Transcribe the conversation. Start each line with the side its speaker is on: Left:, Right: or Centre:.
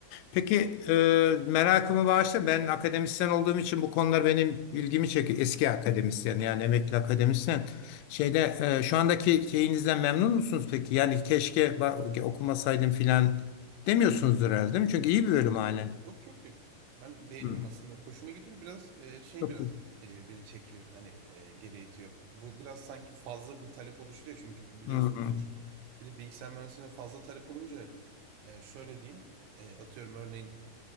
Left: Peki e, merakımı bağışla. Ben akademisyen olduğum için bu konular benim ilgimi çekiyor. Eski akademisyen yani emekli akademisyen. Şeyde e, şu andaki şeyinizden memnun musunuz peki? Yani keşke ba- okumasaydım filan demiyorsunuzdur herhalde değil mi? Çünkü iyi bir bölüm halen.
Right: Yok yok yok. Ben beğeniyorum
Left: Hmm.
Right: aslında. Hoşuma gidiyor. Biraz e, şey
Left: Çok
Right: biraz
Left: iyi.
Right: e, beni çekiyor. Hani e, geri itiyor. Bu biraz sanki fazla bir talep oluşturuyor çünkü biliyorsunuzdur.
Left: Hmm.
Right: Bir de bilgisayar mühendisliğine fazla talep olunca yani şöyle diyeyim e, atıyorum örneğin